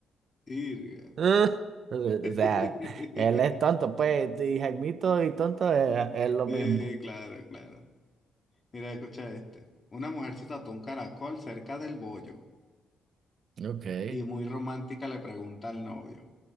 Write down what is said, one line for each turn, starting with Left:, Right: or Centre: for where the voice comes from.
Left: Irga.
Right: <laughs> Ah. O
Left: <laughs>
Right: sea, él es tonto, pues, y Jaimito y tonto es, es lo
Left: Eh,
Right: mismo.
Left: claro, claro. Mira, escucha este. Una mujer se tatuó un caracol cerca del bollo
Right: <laughs> Ok.
Left: y muy romántica le pregunta al novio,